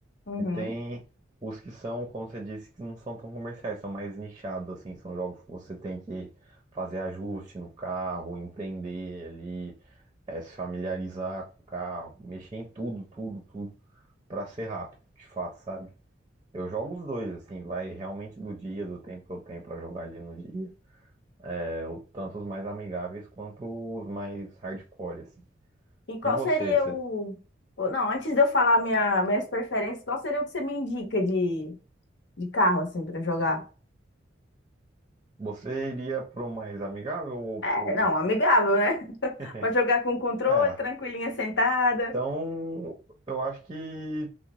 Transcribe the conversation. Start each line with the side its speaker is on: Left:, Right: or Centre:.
Left: Uhum.
Right: E tem os que são, como você disse, que não são tão comerciais, são mais nichados, assim, são jogos que você tem que fazer ajuste no carro, entender ali, eh, se familiarizar com o carro, mexer em tudo, tudo, tudo, pra ser rápido, de fato, sabe? Eu jogo os dois, assim, vai realmente do dia, do tempo que eu tenho pra jogar ali no dia. É, o- tanto os mais amigáveis quanto os mais hardcore, assim.
Left: E qual
Right: E você,
Left: seria
Right: você,
Left: o. o- Não, antes de eu falar minha, minhas preferências, qual seria o que você me indica de, de carro, assim, pra jogar?
Right: você iria pro mais amigável ou
Left: É,
Right: pro.
Left: não, amigável, né? <laughs>
Right: <laughs>
Left: Pra jogar com controle,
Right: Ah,
Left: tranquilinha, sentada.
Right: então eu acho que